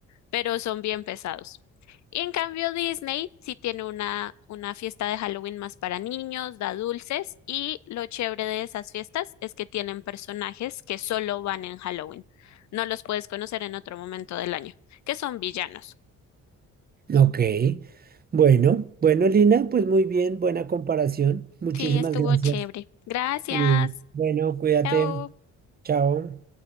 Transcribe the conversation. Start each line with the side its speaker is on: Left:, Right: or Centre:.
Left: pero son bien pesados. Y en cambio Disney sí tiene una, una fiesta de Halloween más para niños, da dulces y lo chévere de esas fiestas es que tienen personajes que solo van en Halloween. No los puedes conocer en otro momento del año, que son villanos.
Right: Ok. Bueno, bueno, Lina, pues muy bien, buena comparación. Muchísimas
Left: Sí, estuvo
Right: gracias.
Left: chévere. Gracias.
Right: Sí. Bueno, cuídate.
Left: Chao.
Right: Chao.